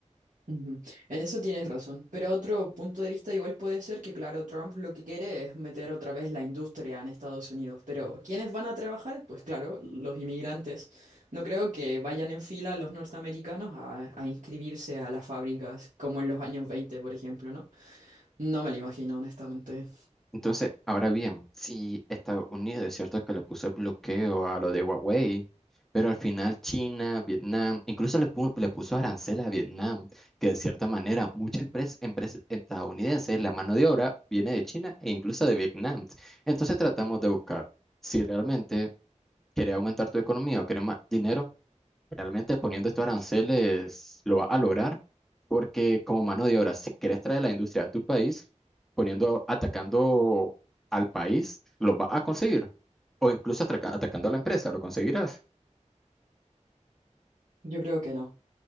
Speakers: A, on the right; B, in the centre.
A: Ujú. En eso tienes razón, pero otro punto de vista igual puede ser que, claro, Trump lo que quiere es meter otra vez la industria en Estados Unidos, pero ¿quiénes van a trabajar? Pues claro, los inmigrantes. No creo que vayan en fila los norteamericanos a, a inscribirse a las fábricas como en los años 20, por ejemplo, ¿no? No me lo imagino, honestamente.
B: Entonces, ahora bien, si Estados Unidos es cierto que le puso el bloqueo a lo de Huawei, pero al final China, Vietnam, incluso le, pu- le puso arancel a Vietnam, que de cierta manera muchas empres- empresas estadounidenses, la mano de obra viene de China e incluso de Vietnam. Entonces tratamos de buscar si realmente querés aumentar tu economía o querés más dinero Realmente poniendo estos aranceles lo va a lograr porque como mano de obra, si quieres traer la industria a tu país, poniendo, atacando al país, lo va a conseguir. O incluso atraca- atacando a la empresa, lo conseguirás.
A: Yo creo que no.